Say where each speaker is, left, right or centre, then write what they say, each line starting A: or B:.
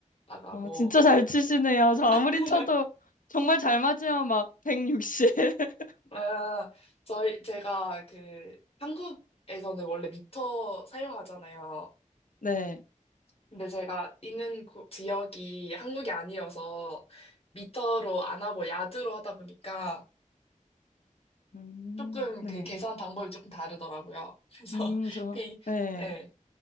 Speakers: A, on the left; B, on the left.
A: 나가고.
B: 어, 진짜 잘 치시네요. 저 아무리
A: <laughs>
B: 쳐도 정말 잘 맞으면 막 160. <laughs>
A: 어, 저희, 제가 그 한국에서는 원래 미터 사용하잖아요.
B: 네.
A: 근데 제가 있는 고- 지역이 한국이 아니어서 미터로 안 하고 야드로 하다 보니까
B: 음,
A: 조금
B: 네.
A: 그 계산 방법이 조금 다르더라고요. 그래서,
B: 음,
A: <laughs>
B: 저,
A: 네,
B: 네.